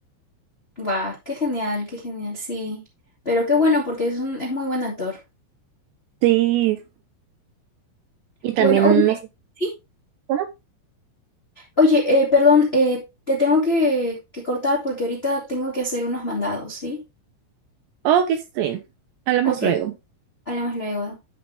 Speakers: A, on the left; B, on the right.
A: Va, qué genial, qué genial, sí. Pero qué bueno, porque es un, es muy buen actor.
B: Sí, Y también
A: Bueno, oye,
B: no sé
A: sí.
B: cómo.
A: Oye, eh, perdón, eh, te tengo que, que cortar porque ahorita tengo que hacer unos mandados, ¿sí?
B: Oh, que está bien. Hablamos
A: Ok,
B: luego.
A: hablamos luego.